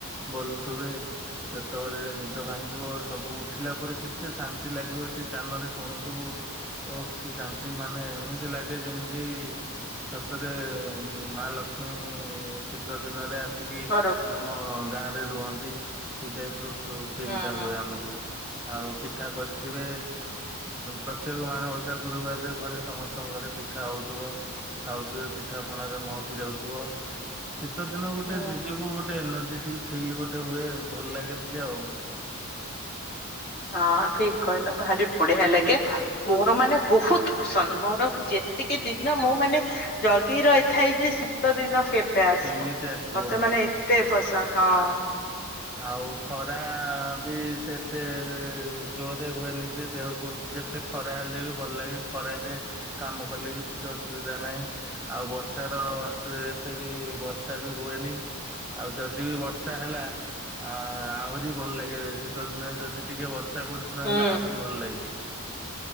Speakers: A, in the centre; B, on the left.
A: ବୋଲୁଥିବେ ସେତେବେଳେ ନିଦ ଭାଙ୍ଗିବ ସବୁ ଉଠିଲା ପରେ କେତେ ଶାନ୍ତି ଲାଗିବ ସେ କାନରେ ଶୁଣୁଥିବୁ ଓ କି ଶାନ୍ତି ମାନେ ଏମିତି ଲାଗେ ଯେମିତି ସତରେ ମା ଲକ୍ଷ୍ମୀ ଶୀତ ଦିନରେ ଆସିକି
B: ଘରକୁ
A: ଆମ ରୁହନ୍ତି ସେଇ ଟାଇପ ର ଫିଲ୍
B: ହୁଁ
A: ଟା
B: ହୁଁ।
A: ହୁଏ ଆମକୁ ଆଉ ପିଠା କରିଥିବେ ପ୍ରତ୍ୟେକ ମାଣବସା ଗୁରୁବାରରେ ଘରେ ସମସ୍ତେ ଙ୍କ ଘରେ ପିଠା ହଉଥିବ ଖାଉଥିବେ ପି ପଣା ମହକି ଯାଉଥିବ। ଶୀତ ଦିନ ଗୋଟେ
B: ହଁ।
A: ନିଜକୁ ଗୋଟେ ଏନର୍ଜେଟିକ ଫିଲ୍ ଗୋଟେ ହୁଏ ଭଲ ଲାଗେ ଟିକେ ଆଉ।
B: ହଁ ଠିକ କହିଲ। ଭାରି ପଢିଆ
A: ହଁ
B: ଲାଗେ ମୋର ମାନେ ବହୁତ ପସନ୍ଦ ମୋର ଯେତିକି ଦିନ ମୁଁ ମାନେ ଜଗି ରହିଥାଏ ଯେ ଶୀତ ଦିନ କେବେ ଆସିବ
A: କେମିତି ଆସିବ
B: ମତେ
A: ହଁ।
B: ମାନେ ଏତେ ପସନ୍ଦ ହଁ।
A: ଆଉ ଖରା ବି ସେ ସେ ଯୋଧେ ହୁଏ ନ ଯେ ଦେହକୁ ଯେତେ ଖରା ହେଲେ ବି ଭଲ ଲାଗେ ଖରା ଯେ କାମ କଲେ ବି କିଛି ଅସୁବିଧା ନାହିଁ। ଆଉ ବର୍ଷା ର ସେ ଏତେ ବି ବର୍ଷା ବି ହୁଏନି ଆଉ ଯଦି ବି ବର୍ଷା ହେଲା ଆ ଆହୁରି ଭଲ ଲାଗେ ଶୀତ ଦିନରେ ଯଦି ଟିକେ ବର୍ଷ ଆ କରୁଛି ନ
B: ହୁଁ
A: ହେଲେ ଆମରି ବି ଭଲ ଲାଗେ।